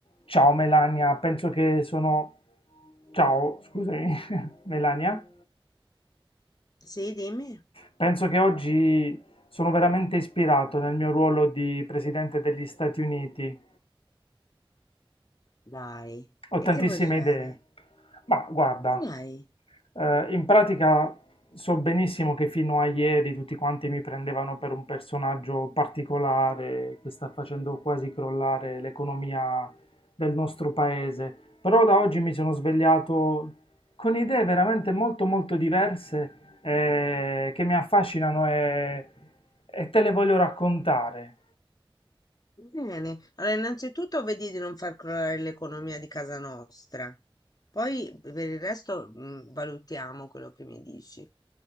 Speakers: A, on the left; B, on the left.
A: Ciao Melania, penso che sono... Ciao, scusami, <laughs> Melania.
B: Sì, dimmi.
A: Penso che oggi sono veramente ispirato nel mio ruolo di presidente degli Stati Uniti.
B: Dai,
A: Ho
B: e
A: tantissime
B: che vuoi fare?
A: idee. Ma guarda,
B: Dai.
A: Eh, in pratica so benissimo che fino a ieri tutti quanti mi prendevano per un personaggio particolare che sta facendo quasi crollare l'economia del nostro paese, però da oggi mi sono svegliato con idee veramente molto molto diverse eh, che mi affascinano e, e te le voglio raccontare.
B: Bene. Allora, innanzitutto vedi di non far crollare l'economia di casa nostra. Poi per il resto mm, valutiamo quello che mi dici.